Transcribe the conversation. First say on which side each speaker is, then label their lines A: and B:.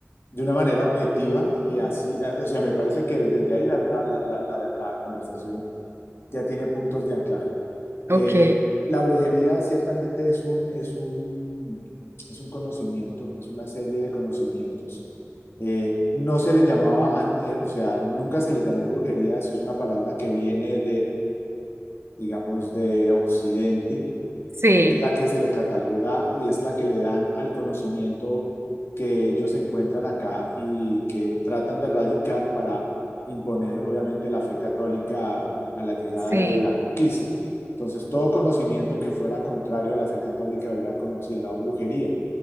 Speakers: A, on the left; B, on the right.
A: de una manera objetiva y así, eh, o sea, me parece que desde ahí la, la- la- la- la- la conversación ya tiene puntos de anclaje. Eh,
B: Ok,
A: la brujería ciertamente es un, es un, es un conocimiento, es una serie de conocimientos. Eh, no se le llamaba, an- eh, o sea, nunca se le llamó brujería, eso es una palabra que viene digamos, de Occidente,
B: sí,
A: y es la que se le cataloga y es la que le dan al conocimiento que ellos encuentran acá y que tratan de erradicar para imponer, obviamente, la fe católica a la llegada
B: sí,
A: de la conquista. Entonces, todo conocimiento que fuera contrario a la fe católica era considerado brujería.